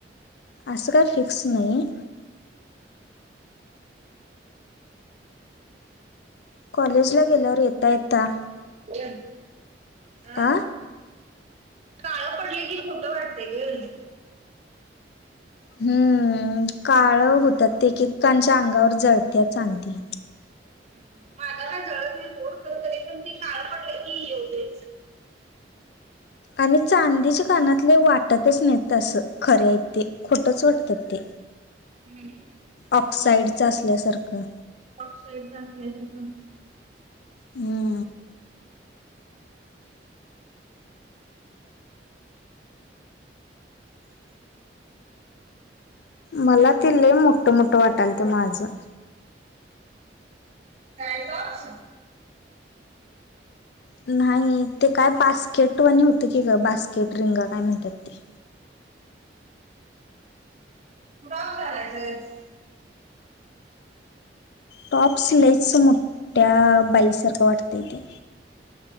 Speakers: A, on the left; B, on the right.
A: असं काय फिक्स नाही. कॉलेज ला गेल्यावर यता यता.
B: आं.
A: आ?
B: काळं पडले की मोठ वाटतेल.
A: हम्म काळ होतात ते ककांच्या अंगावर जळते चांती.
B: ह् माझा काय जळत नाही सोड खर तरी पण तेी काळ पडले की ये होते.
A: आणि चांदीच्या कानातले वाटतच नाहीत तसं खरे आहेत ते खोटंच वाटतं ते.
B: हम्म.
A: ऑक्साइडचं असल्यासारखं.
B: ऑक्साईड चा असल्याय जर का.
A: हम्.
B: हो.
A: मला ते ले मोठं मोठं वाटालत माझं.
B: कायचश.
A: नाही ते काय बास्केटवाणे होत की ग बास्केट रिंगा काय म्हणतात ते.
B: बॉब झालायचं.
A: टॉप्स लेस मोठ्या बाईसारखं वाटतं य तेे.